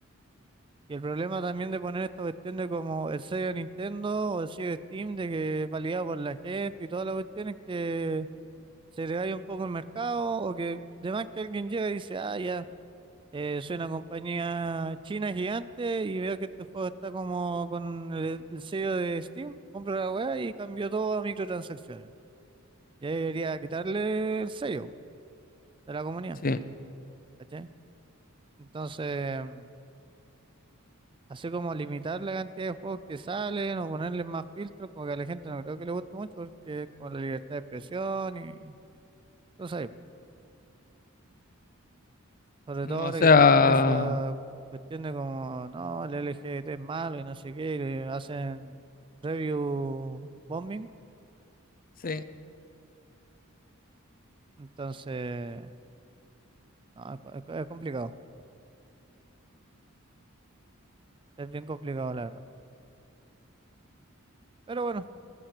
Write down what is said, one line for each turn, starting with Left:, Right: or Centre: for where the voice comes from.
Right: Y el problema también de poner esta cuestión de como el sello de Nintendo o el sello de Steam, de que es validado por la gente y todas las cuestiones que se le un poco el mercado o que... Además que alguien llega y dice, ah, ya. Eh, soy una compañía china gigante y veo que este juego está como con el, el sello de Steam. Compro la weá y cambio todo a microtransacciones. Ya debería quitarle el sello de la comunidad,
Left: Sí,
Right: ¿cachai? Entonces, mm, así como limitar la cantidad de juegos que salen o ponerle más filtros, como que a la gente no creo que le guste mucho porque con la libertad de expresión y cosas Sobre todo
Left: o
Right: ahora
Left: sea,
Right: que están con esa cuestión de como, no, el LGBT es malo y no sé qué, y le hacen review bombing.
Left: sí.
Right: Entonces, no, es, co- es co- es complicado, es bien complicado la verdad. Pero bueno,